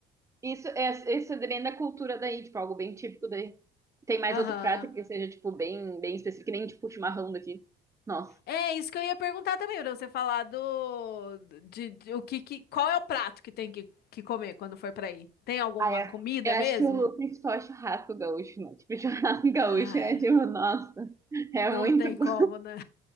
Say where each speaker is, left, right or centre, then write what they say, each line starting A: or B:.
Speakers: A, on the right; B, on the left.
A: isso é isso é bem da cultura daí, tipo, algo bem típico daí. Tem mais
B: Aham.
A: outro prato que seja, tipo, bem, bem específico, que nem tipo chimarrão daqui. Nossa.
B: É isso que eu ia perguntar também, pra você falar do. De, de- o que, que- qual é o prato que tem que, que comer quando for pra aí? Tem alguma
A: Ah, é.
B: comida
A: Eu
B: mesmo?
A: acho que o principal é churrasco gaúcho, né? Tipo, <laughs> churrasco gaúcho
B: Ai,
A: é tipo, nossa, é
B: não
A: muito
B: tem
A: bom.
B: como, né?